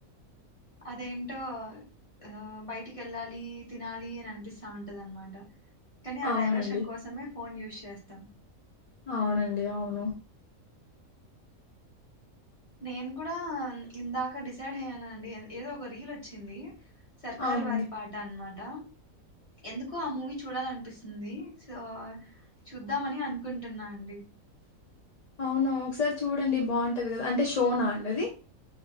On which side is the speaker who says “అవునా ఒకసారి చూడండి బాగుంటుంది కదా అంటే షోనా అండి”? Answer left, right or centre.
Left